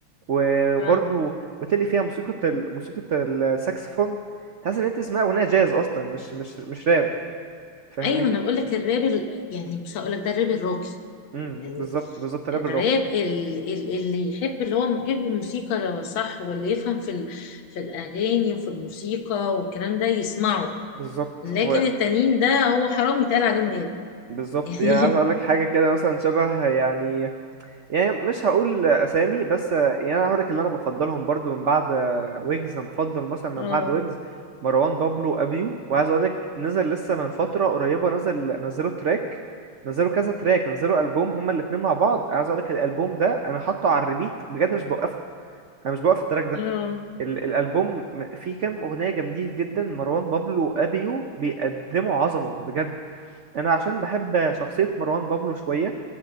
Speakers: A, on the right; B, on the left.
A: وبرضو
B: ف...
A: وتلي فيها موسيقى ال- موسيقى الساكسفون تحس ان انت تسمعي أغنية جاز اصلا مش مش مش راب فاهماني
B: ايوه انا بقول لك الراب ال... يعني مش هقول لك ده الراب الراقي
A: امم
B: يعني
A: بالظبط بالظبط راب
B: الراب
A: الراقي
B: ال- ال- اللي يحب اللي هو محب الموسيقى لو صح واللي يفهم في ال- في الأغاني وفي الموسيقى والكلام ده يسمعه
A: بالظبط
B: لكن
A: و-
B: التانيين ده هو حرام يتقال عليهم راب
A: بالظبط
B: <laughs> يعني
A: يعني عايز اقول لك حاجه كده مثلا شبه يعني يعني مش هقول اسامي بس يعني انا هقول لك اللي انا بفضلهم برضو من بعد ويجز أنا بفضل مثلا من
B: اه
A: بعد ويجز مروان بابلو ابيو وعايز اقول لك نزل لسه من فتره قريبه نزل نزلوا تراك نزلوا كذا تراك نزلوا البوم هما الاتنين مع بعض عايز اقول لك الالبوم ده انا حاطه على الريبيت بجد مش بوقفه انا مش بوقف التراك ده
B: اه
A: ال- الالبوم فيه كام اغنيه جامدين جدا مروان بابلو وابيو بيقدموا عظمه بجد انا عشان بحب شخصيه مروان بابلو شويه